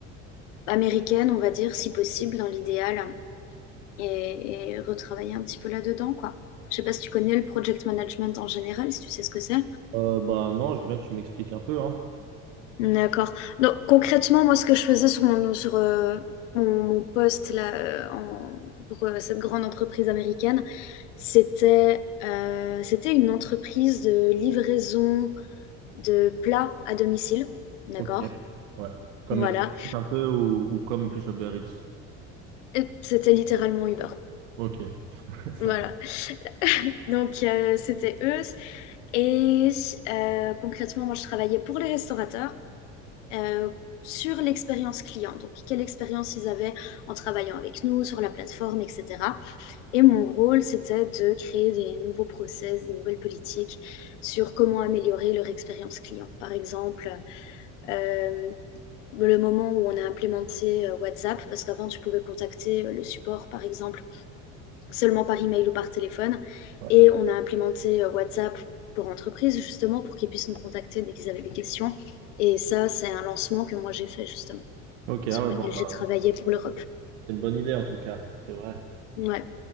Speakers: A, on the left; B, on the right.
A: américaines, on va dire, si possible, dans l'idéal et, et retravailler un petit peu là-dedans, quoi. Je sais pas si tu connais le project management en général, si tu sais ce que c'est.
B: Euh, bah non, je veux bien que tu m'expliques un peu, hein.
A: D'accord. Donc concrètement, moi, ce que je faisais sur mon, sur, euh, mon, mon poste là, euh, en- pour euh, cette grande entreprise américaine, c'était euh, c'était une entreprise de livraison de plats à domicile. D'accord.
B: Ok. Ouais. Comme
A: Voilà.
B: Uber Eats un peu ou, ou comme plus Uber Eats.
A: Et C'était littéralement Uber.
B: Ok. <laughs> Ça
A: Voilà. Donc euh, c'était eux. Et euh, concrètement, moi, je travaillais pour les restaurateurs. euh, sur l'expérience client. Donc, quelle expérience ils avaient en travaillant avec nous, sur la plateforme, etc. Et mon rôle, c'était de créer des nouveaux process, des nouvelles politiques sur comment améliorer leur expérience client. Par exemple, euh, le moment où on a implémenté euh, WhatsApp, parce qu'avant, tu pouvais contacter euh, le support, par exemple, seulement par email ou par téléphone.
B: Ouais.
A: Et on a implémenté euh, WhatsApp pour entreprise, justement, pour qu'ils puissent nous contacter dès qu'ils avaient des questions. Et ça, c'est un lancement que moi, j'ai fait, justement
B: Ok, ah
A: sur
B: ouais,
A: lesquels
B: bon, bah,
A: j'ai travaillé pour l'Europe.
B: c'est une bonne idée en tout cas, c'est vrai.
A: Ouais.